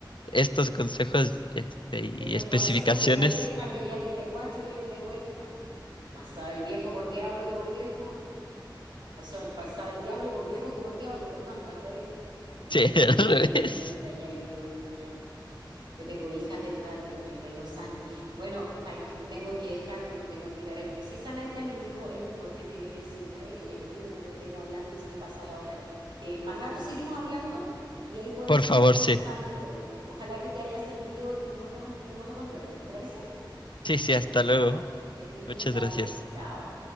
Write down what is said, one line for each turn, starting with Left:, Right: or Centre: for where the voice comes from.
Left: estos consejos, este, y
Right: Estos
Left: especificaciones,
Right: consejos de una vieja que ya tiene cuatro y viene de vuelta. Más sabe el viejo por diablo que por viejo. Pasó, pasaba el diablo por viejo que por diablo, perdón, al revés.
Left: <laughs>
Right: Sí,
Left: sí,
Right: pues uno
Left: al
Right: ya viene
Left: revés.
Right: de vuelta, ya vivió esto, ya Yo tengo hijas de tu edad, tienen 32 años. Bueno, Carlos, te tengo que dejar porque tengo que ir a ver precisamente a mi hijo, el menor, que tiene 19, y aquí me entretengo hablando y se me pasa la hora. Eh, más rato seguimos hablando y ahí podemos
Left: Por
Right: seguir
Left: favor,
Right: conversando
Left: sí.
Right: el tema. Ojalá que te haya servido y nos vemos, nos vemos luego. ¿Te parece?
Left: Sí, sí, hasta luego.
Right: Ok, que estés bien,
Left: Muchas
Right: vale.
Left: gracias.
Right: Chao.